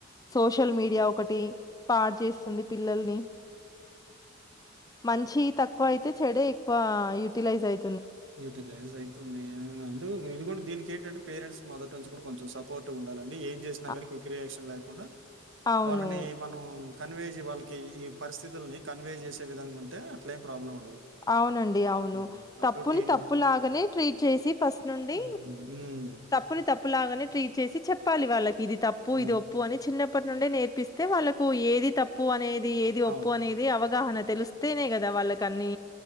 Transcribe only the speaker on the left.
సోషల్ మీడియా ఒకటి పాడు చేస్తుంది పిల్లల్ని మంచి తక్కువ అయితే చెడే ఎక్కువ యూటిలైజ్ అయి
అ
అవును
అవునండి అవును
తప్పు తప్పుని
తప్పు
లాగానే ట్రీట్ చేసి ఫస్ట్ నుండి
తప్పుని తప్పులాగానే ట్రీట్ చేసి చెప్పాలి వాళ్ళకి ఇది తప్పు
ఇది ఒప్పు అని చిన్న అప్పటి నుండే నేర్పిస్తే వాళ్ళలకు ఏది తప్పు అనేది ఏది
ఒప్పు అనేది అవగాహన తెలుస్తు స్తేనే కదా వాళ్ళకి అన్ని